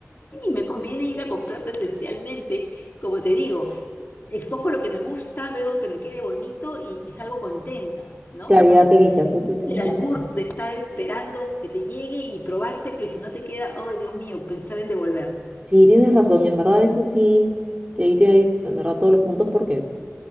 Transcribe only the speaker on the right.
Claro,
ya te evitas, eso tienes
razón.
Sí, tienes razón, en verdad eso sí, te di, te doy, en verdad todos los puntos porque